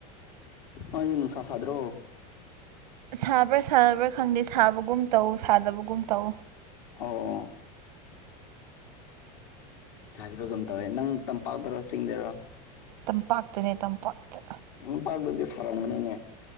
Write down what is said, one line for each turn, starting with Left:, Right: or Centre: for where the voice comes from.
Left: ꯑꯩ ꯅꯨꯡꯁꯥ ꯁꯥꯗ꯭ꯔꯣ
Right: ꯁꯥꯕ꯭ꯔꯥ ꯁꯥꯗꯕ꯭ꯔꯥ ꯈꯪꯗꯦ ꯁꯥꯕꯒꯨꯝ ꯇꯧ ꯁꯥꯗꯕꯒꯨꯝ ꯇꯧ
Left: ꯑꯣ ꯁꯥꯖꯕꯒꯨꯝ ꯇꯧꯋꯦ ꯅꯪ ꯇꯝꯄꯥꯛꯇꯔꯣ ꯆꯤꯡꯗꯔꯣ
Right: ꯇꯝꯄꯥꯛꯇꯅꯦ ꯇꯝꯄꯥꯛꯇ
Left: ꯇꯝꯄꯥꯛꯇꯗꯤ ꯁꯥꯔꯝ ꯒꯅꯤꯅꯦ